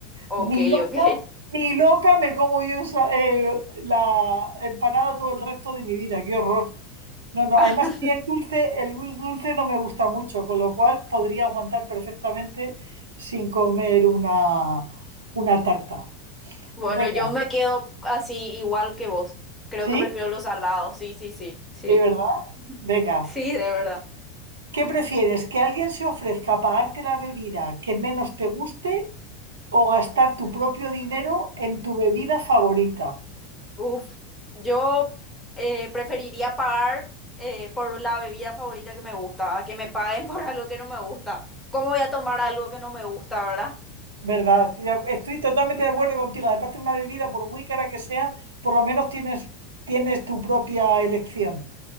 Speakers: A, in the centre; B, on the right.
A: Ok,
B: Ni loca,
A: ok.
B: ni loca me como yo esa- eh, la empanada todo el resto de mi vida, qué horror. No, no,
A: <laughs>
B: además a mí el dulce, el dulce no me gusta mucho, con lo cual podría aguantar perfectamente sin comer una, una tarta.
A: Bueno,
B: Venga,
A: yo me quedo así igual que vos. Creo
B: ¿sí?
A: que prefiero los salados, sí, sí, sí, sí.
B: ¿Sí, verdad? Venga.
A: Sí, de verdad.
B: ¿Qué prefieres? ¿Que alguien se ofrezca a pagarte la bebida que menos te guste o gastar tu propio dinero en tu bebida favorita?
A: Uf, yo eh, preferiría pagar eh, por la bebida favorita que me gusta, a que me paguen <laughs> por algo que no me gusta. ¿Cómo voy a tomar algo que no me gusta, verdad?
B: ¿Verdad? Estoy, de- ac- estoy totalmente
A: Sí.
B: de acuerdo contigo. Aparte de una bebida, por muy cara que sea, por lo menos tienes, tienes tu propia elección.